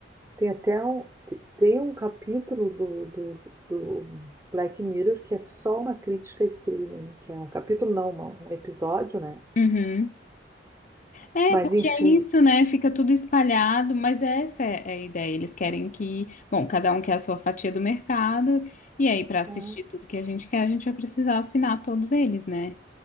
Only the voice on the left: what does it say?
uhum. É,
porque
é isso, né? Fica tudo espalhado, mas essa é é a ideia. Eles querem que, bom, cada um quer a sua fatia do mercado, e aí, para assistir
tudo que a gente quer, a gente vai precisar assinar todos eles, né?